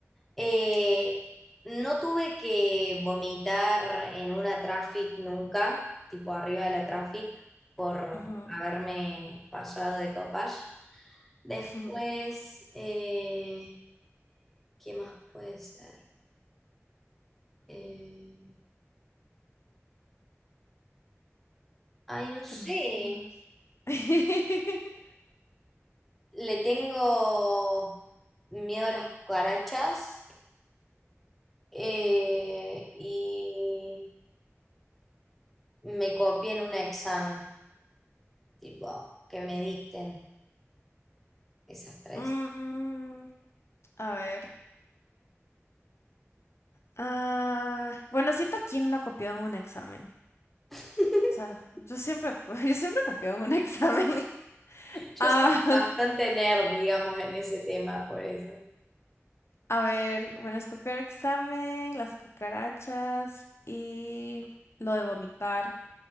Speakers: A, in the centre; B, on the left.
A: Eh, no tuve que vomitar en una traffic nunca, tipo arriba de la traffic, por
B: Ujú.
A: haberme pasado de copas. Después,
B: <laughs>
A: eh, ¿qué más puede ser? Eh, ay, no sé.
B: ¿Qué más? ¿Qué más? <laughs>
A: Le tengo miedo a las cucarachas eh, y me copié en un examen, tipo, que me dicten esas tres.
B: Mm, a ver. Ah, bueno, siento quién no ha copiado en un examen.
A: <laughs>
B: O sea, yo siempre, <laughs> yo siempre copiaba en un examen. <laughs>
A: Yo
B: Ah,
A: soy bastante nerd, digamos, en ese tema, por eso.
B: <laughs> a ver, bueno, es copiar examen, las cucarachas y lo de vomitar.